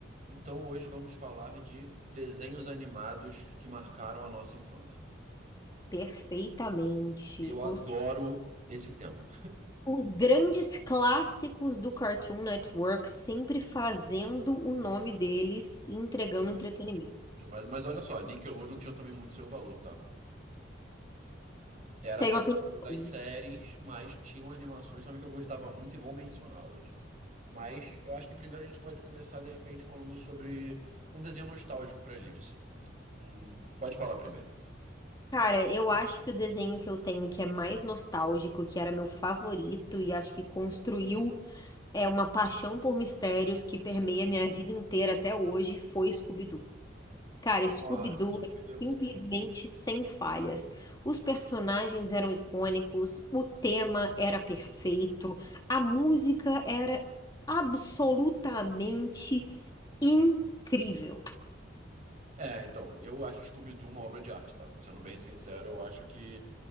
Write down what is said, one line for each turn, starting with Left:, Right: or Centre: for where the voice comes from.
Right: Então hoje vamos falar de desenhos animados que marcaram a nossa infância.
Left: Perfeitamente.
Right: Eu adoro
Left: Os,
Right: esse tema.
Left: os grandes clássicos do Cartoon Network sempre fazendo o nome deles e entregando
Right: Demais.
Left: entretenimento.
Right: Demais. Mas olha só, Nickelodeon tinha também muito seu valor, tá? Era
Left: Tenho
Right: mais
Left: opinião.
Right: do lado das séries, mas tinham animações também que eu gostava muito e vou mencioná-las. Mas eu acho que primeiro a gente pode começar, de repente, falando sobre um desenho nostálgico pra gente, assim. Hum, pode falar primeiro.
Left: Cara, eu acho que o desenho que eu tenho que é mais nostálgico, que era meu favorito e acho que construiu é uma paixão por mistérios que permeia minha vida inteira até hoje, foi Scooby-Doo. Cara, Scooby-Doo
Right: Nossa, Scooby-Doo
Left: é
Right: é muito
Left: simplesmente
Right: bom.
Left: sem falhas. Os personagens eram icônicos, o tema era perfeito, a música era absolutamente incrível.
Right: É, então, eu acho Scooby-Doo uma obra de arte, tá? Sendo bem sincero, eu acho que